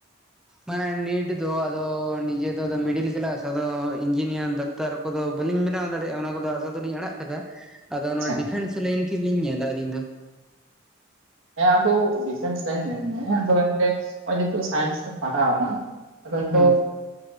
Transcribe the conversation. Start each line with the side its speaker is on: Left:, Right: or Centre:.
Centre: ᱢᱟᱱᱮ ᱱᱮᱴ ᱫᱚ ᱟᱫᱚ ᱱᱤᱡᱮ ᱫᱚ ᱟᱫᱚ ᱢᱤᱰᱤᱞ ᱠᱮᱞᱟᱥ ᱟᱫᱚ ᱤᱱᱡᱤᱱᱤᱭᱟᱨ ᱫᱟ... ᱫᱟᱠᱛᱟᱨ ᱠᱚᱫᱚ ᱵᱟᱹᱞᱤᱧ ᱵᱮᱱᱟᱣ ᱫᱟᱲᱮᱭᱟᱜᱼᱟ ᱚᱱᱟ ᱠᱚᱫᱚ ᱟᱥᱟ ᱫᱚᱞᱤᱧ ᱟᱲᱟᱜ ᱠᱟᱫᱟ ᱟᱫᱚ
Right: ᱟᱪᱪᱷᱟ
Centre: ᱱᱚᱣᱟ ᱰᱤᱯᱷᱮᱱᱥ ᱞᱟᱹᱭᱤᱱ ᱛᱮᱞᱤᱧ ᱧᱮᱞᱟ ᱟᱹᱞᱤᱧ ᱫᱚ
Right: ᱦᱮᱸ ᱟᱫᱚ ᱰᱤᱯᱷᱮᱱᱥ ᱞᱟᱭᱤᱱ ᱧᱮᱞ ᱢᱮ ᱟᱫᱚ ᱮᱱ ᱛᱮ ᱱᱚᱜᱼᱚᱭ ᱡᱮᱦᱮᱛᱩ ᱥᱟᱭᱮᱱᱥ ᱛᱮᱢ ᱯᱟᱲᱦᱟᱣ ᱮᱱᱟ ᱟᱫᱚ ᱦᱳᱭᱛᱚ
Centre: ᱦᱩᱸ